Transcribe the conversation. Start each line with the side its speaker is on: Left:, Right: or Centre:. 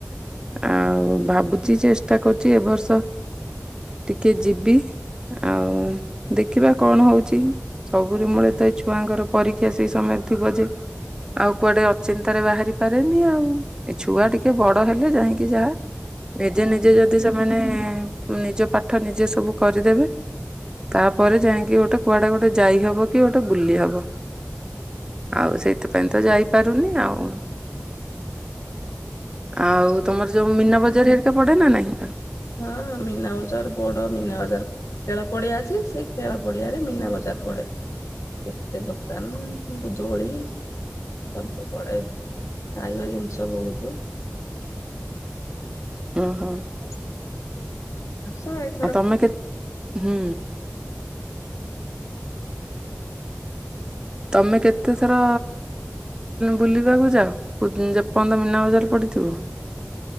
Right: ଆଉ ଭାବୁଛି ଚେଷ୍ଟା କରୁଛି ଏ ବର୍ଷ। ଟିକେ ଯିବି ଆଉ ଦେଖିବା କଣ ହଉଛି। ସବୁରେ ମୂଳେ ତ ଏଇ ଛୁଆଙ୍କର ପରୀକ୍ଷା ସେଇ ସମୟରେ ଥିବ ଯେ ଆଉ କୁଆ ଟେ ଅଚିନ୍ତା ରେ ବାହାରି ପାରେନି ଆଉ ଏ ଛୁଆ ଟିକେ ବଡ ହେଲେ ଯାଇକି ଯାହା। ନିଜେ
Left: ହଁ
Right: ନିଜେ ଯଦି ସେମାନେ ନିଜ ପାଠ ନିଜେ ସବୁ କରିଦେବେ। ତାପରେ ଯାଇକି ଗୋଟେ କୁଆଡେ ଗୋଟେ ଯାଇହବ କି ଗୋଟେ ବୁଲି ହବ। ଆଉ ସେଇଥିପାଇଁ ତ ଯାଇପାରୁନି ଆଉ। ଆଉ
Left: ଆସ
Right: ତମର ଯୋଉ ମିନା ବଜାର ହେରିକା ପଡେ ନା ନାଇଁ।
Left: ହଁ ମିନା ବଜାର ବଡ ମିନା ବଜାର। ଖେଳ ପଡିଆ ଅଛି ସେଇ ଖେଳ ପଡିଆରେ ମୀନା ବଜାର ପଡେ। କେତେ ଦୋକାନ ଦୋଳି। ସବୁ ପଡେ ଖାଇବା ଜିନିଷ ବହୁତ।
Right: ଓହୋ।
Left: ହ ଆସ।
Right: ଆଉ ତମେ କେତ ହୁଁ। ତମେ କେତେଥର ବୁଲିବାକୁ ଯାଅ? ଯେପଯ୍ୟନ୍ତ ମୀନା ବଜାର ପଡିଥିବ।